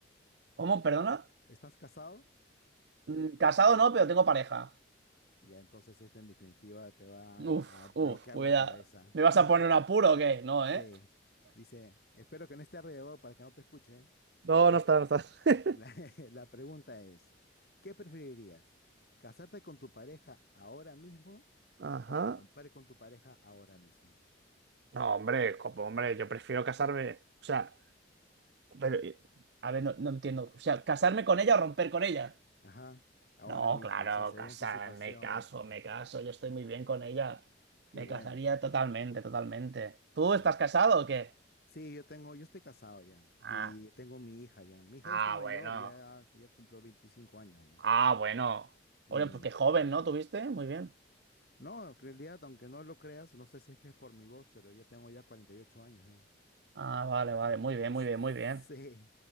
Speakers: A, on the right; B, on the left.
A: ¿Cómo? Perdona.
B: ¿Estás casado?
A: Mm, Casado no, pero tengo pareja.
B: Ya, entonces este en definitiva te va
A: Uf,
B: a bloquear
A: uf, cuidado.
B: la cabeza.
A: ¿Me vas
B: <laughs>
A: a poner un apuro o qué? No,
B: Sí,
A: ¿eh?
B: dice, espero que no esté alrededor para que no te escuche.
A: No,
B: La,
A: no está, no está. <laughs>
B: la, <laughs> la pregunta es, ¿qué preferirías? ¿Casarte con tu pareja ahora mismo
A: Ajá.
B: o romper con tu pareja ahora mismo?
A: No, hombre, como, hombre, yo prefiero casarme. O sea, pero, eh, a ver, no, no entiendo. O sea, ¿casarme con ella o romper con ella?
B: Ajá, ahora
A: No,
B: mismo,
A: claro,
B: o sea, según
A: casarme,
B: tu situación,
A: caso, me caso, yo estoy muy bien con ella.
B: qué
A: Me
B: bueno.
A: casaría totalmente, totalmente. ¿Tú
B: ya.
A: estás casado o qué?
B: Sí, yo tengo, yo estoy casado ya
A: Ah,
B: y tengo mi hija ya. Mi hija
A: ah,
B: ya está mayor,
A: bueno.
B: ya, ya cumplió 25 años ya.
A: Ah, bueno.
B: Mm.
A: Oye, pues qué joven, ¿no? ¿Tuviste? Muy bien.
B: No, en realidad, aunque no lo creas, no sé si es que es por mi voz, pero yo tengo ya 48 años ya.
A: Ah, vale, vale, muy bien,
B: Sí.
A: muy bien, muy bien.